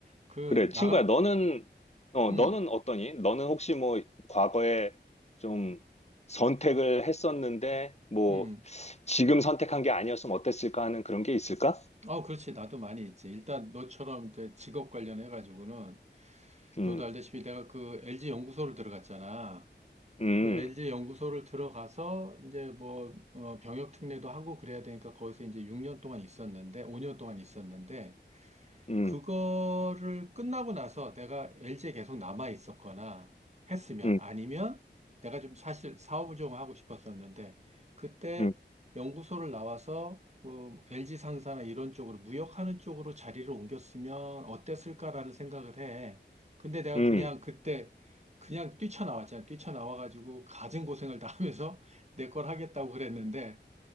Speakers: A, on the right (about 35°); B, on the left (about 35°).
A: 그,
B: 그래, 친구야,
A: 나가,
B: 너는, 어,
A: 음,
B: 너는 어떠니? 너는 혹시 뭐, 과거에 좀 선택을 했었는데, 뭐,
A: 음.
B: 지금 선택한 게 아니었으면 어땠을까 하는 그런 게 있을까?
A: 어 그렇지. 나도 많이 있지. 일단 너처럼 이제 직업 관련해가지고는
B: 음,
A: 너도 알다시피 내가 그 LG 연구소를 들어갔잖아.
B: 음,
A: 그 LG 연구소를 들어가서 이제 뭐 어, 병역 특례도 하고 그래야 되니까 거기서 이제 6년 동안 있었는데, 5년 동안 있었는데
B: 음,
A: 그거를 끝나고 나서 내가 LG에 계속 남아 있었거나 했으면
B: 음,
A: 아니면 내가 좀 사실 사업을 좀 하고 싶었었는데 그때
B: 음,
A: 연구소를 나와서 어, LG 상사나 이런 쪽으로 무역하는 쪽으로 자리를 옮겼으면 어땠을까라는 생각을 해. 근데 내가
B: 음,
A: 그냥 그때 그냥 뛰쳐나왔잖아. 뛰쳐나와가지고 가진 고생을 다 하면서 <laughs> 내 걸 하겠다고 그랬는데